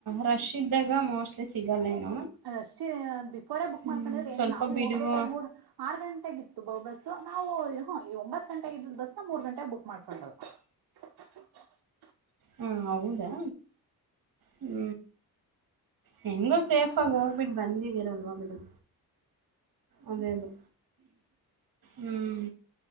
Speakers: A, on the right; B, on the right.
A: ರಶ್ ಇದ್ದಾಗ ಮೋಸ್ಟ್ಲಿ ಸಿಗಲ್ಲೇನು
B: ಅದಷ್ಟೇ ಬಿಫೋರೆೇ ಬುಕ್
A: ಹ್ಮ್
B: ಮಾಡ್ಕೊಂಡಿದ್ರೆ ಏನ್
A: ಸ್ವಲ್ಪ
B: ನಾವು
A: ಬಿಡುವ
B: ಹೋಗ್ಬೇಕ ಮೂರ್ ಆರು ಗಂಟೆಗಿತ್ತು ಾ ಬಸ್ಸ ನಾವು ಹ ಈ ಒಂಬತ್ತು ಗಂಟೆಗೆ ಇದ್ದ ಬಸ್ ನ ಮೂರ್ ಗಂಟೆಗೆ ಬುಕ್ ಮಾಡ್ಕೊಂಡದು ಚಾ
A: ಹಾ ಹೌದಾ ಹೂ ಹೆಂಗೋ ಸೇಫ ಆಗಿ ಹೋಗ್ಬಿಟ್ಟು ಬಂದಿದ್ದೀರಲ್ವ ಬಿಟ್ಟ ಅದೇ ಅದೇ ಹ್ಮ್